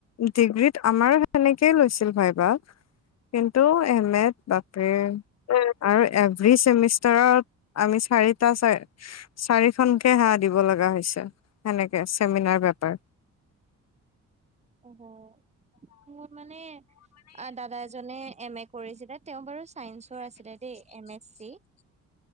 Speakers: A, on the left (about 60°); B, on the right (about 20°).
A: ডিগ্ৰীত আমাৰ সেনেকেই লৈছিল ভাইভা টো এম, এত বাপৰে আৰু এভৰী চেমিষ্টাৰত আমি চাৰিটা চ চাৰিখনকে দিব লগা হৈছে সেনেকে চেমিনাৰ পেপাৰ
B: হয় মোৰ মানে দাদা এজনে এম এ কৰিছিলে তেওঁ বাৰু চাইন্সৰ আছিলে দেই এম এছ চি